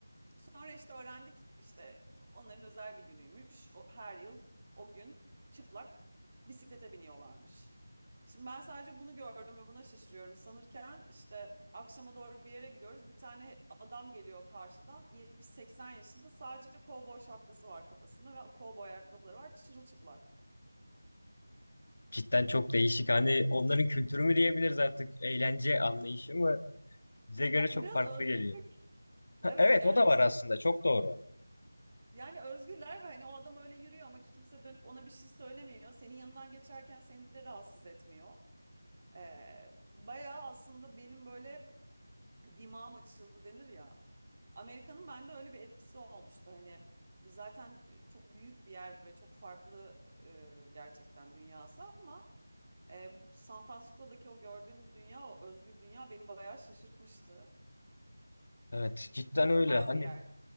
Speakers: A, on the right; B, on the left.
A: Sonra işte öğrendik işte onların özel bir günüymüş. O, her yıl o gün çıplak bisiklete biniyorlarmış. Şimdi ben sadece bunu gördüm ve buna şaşırıyorum. Sanırken işte akşama doğru bir yere gidiyoruz. Bir tane adam geliyor karşıdan 70-80 yaşında sadece kovboy şapkası var kafasında ve kovboy ayakkabıları var çırılçıplak.
B: Cidden çok değişik. Hani onların kültürü mü diyebiliriz artık? Eğlence anlayışı mı? Bize göre
A: Ya
B: çok
A: biraz
B: farklı
A: özgür.
B: geliyor. Ha,
A: Evet
B: evet
A: yani
B: o da var
A: işte
B: aslında. Çok doğru.
A: yani özgürler ve hani o adam öyle yürüyor ama kimse dönüp ona bir şey söylemiyor. Senin yanından geçerken seni de rahatsız etmiyor. Ee, bayağı aslında benim böyle dimağım açıldı denir ya. Amerika'nın bende öyle bir etkisi olmuştu. Hani zaten e, çok büyük bir yer ve çok farklı e, gerçekten dünyası ama e, San Francisco'daki o gördüğüm dünya, o özgür dünya beni bayağı şaşırtmıştı.
B: Evet cidden
A: Güzel
B: öyle. Hani
A: bir yer.